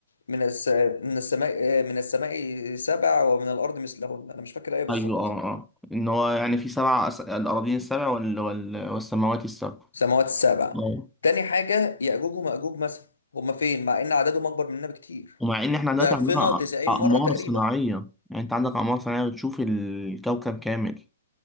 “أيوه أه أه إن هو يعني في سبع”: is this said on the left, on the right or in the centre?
Centre